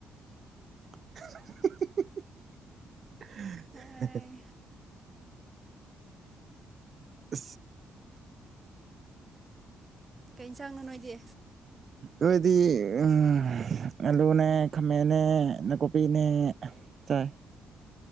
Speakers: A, on the right; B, on the right.
A: <unintelligible> <unintelligible>
B: ꯑꯥꯏ
A: ꯑ
B: ꯀꯩꯁꯥꯡꯅꯣ ꯅꯣꯏꯒꯤ
A: ꯑꯩꯣꯏꯗꯤ ꯎ ꯑꯂꯨꯅꯦ ꯈꯥꯃꯦꯟꯅꯦ ꯅꯥꯀꯨꯞꯄꯤꯅꯦ ꯆꯥꯏ